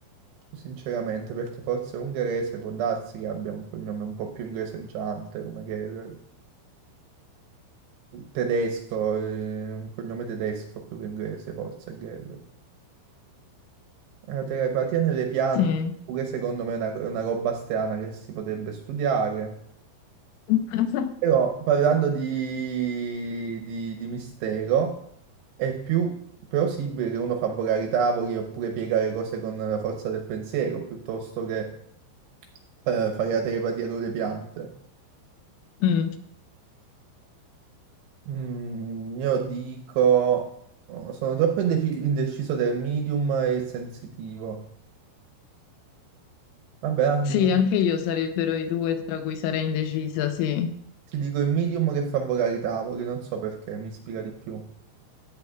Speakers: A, on the right; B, on the left.
A: sinceramente, perché forse ungherese può darsi che abbia un cognome un po' più ingreseggiante, come Gerrer. Tedesco, eh, un cognome tedesco più che inglese, forse Gerrer. La telepatia nelle piante,
B: sì.
A: pure secondo me è una, è una roba strana che si potrebbe studiare.
B: <laughs>
A: Però parlando di, di- di mistero, è più plausibile che uno fa volare i tavoli oppure piegare cose con la forza del pensiero, piuttosto che eh, fai la telepatia con le piante.
B: Mm,
A: Mm, io dico, oh, sono troppo indefi- indeciso tra il medium e il sensitivo. Vabbè, ah,
B: Sì,
A: dico-
B: anche io sarebbero i due tra cui sarei indecisa, sì.
A: ti dico il medium che fa volare i tavoli, non so perché, mi ispira di più.